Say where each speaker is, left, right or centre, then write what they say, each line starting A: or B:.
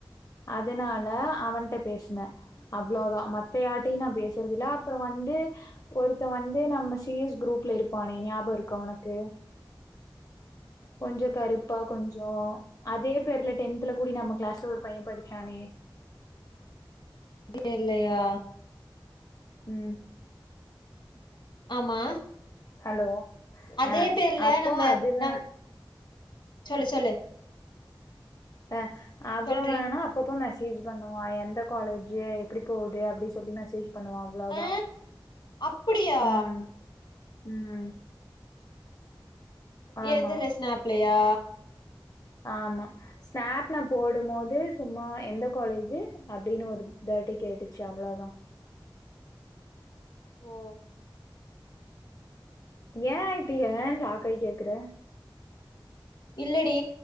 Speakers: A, on the left; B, on the left.
A: அதனால அவன்ட்ட பேசுன அவ்ளோதா மத்த யார்ட்டையு நா பேசுறது இல்ல அப்பற வந்து ஒருத்த வந்து நம்ம சிஎஸ் குரூப்ல இருப்பானே ஞாபக இருக்கா உனக்கு
B: ஆ
A: கொஞ்சோ கருப்பா கொஞ்சோ அதே பேர்ல டென்த்ல கூடி நம்ம கிளாஸ்ல ஒரு பைய படிச்சானே
B: டேல்லயா
A: ம்
B: ஆமா
A: ஹலோ
B: அதே
A: ஆ
B: பேர்ல
A: அப்போ
B: நம்ம
A: அதுவ
B: நம் சொல்லு சொல்லு
A: ஆ அப்ப
B: சொல்றி
A: வேணா அப்பப்போ மெசேஜ் பண்ணுவா எந்த காலேஜு எப்டி போது அப்டி சொல்லி மெசேஜ் பண்ணுவா அவ்ளோ
B: ஆ
A: தா
B: அப்படியா
A: ம் ம் ஆமா
B: எதுல ஸ்நாப்லயா
A: ஆமா ஸ்நாப் நா போடு மோது சும்மா எந்த காலேஜு அப்டின்னு ஒரு தாட்டி கேட்டுச்சு அவ்ளோ தா
B: ஓ
A: ஏ இப்டி ஏன் சாக்காய் கேக்கற
B: இல்லடி